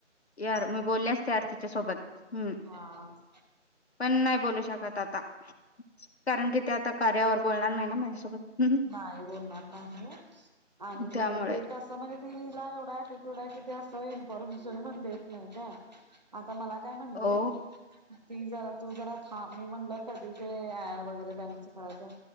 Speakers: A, on the left; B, on the right.
A: यार मी बोलले आसते यार तिच्यासोबत हम्म.
B: हा,
A: पण नाही बोलू शकत आता कारण की ते आता. कार्यावर बोलणार नाही ना माझ्यासोबत. हम्म.
B: नाही बोलणार नाही आणि
A: त्यामुळे
B: तीन तसा म्हणजे ती जा एवढा आहे. ते थोडं हाय का नाही असं इन्फॉर्मेशन पण देत नाही काय आता मला काय म्हणली.
A: ओ
B: ती जरा तू जरा थांब मी म्हणलं कधी ते याय वगैरे त्यांचं करायचं.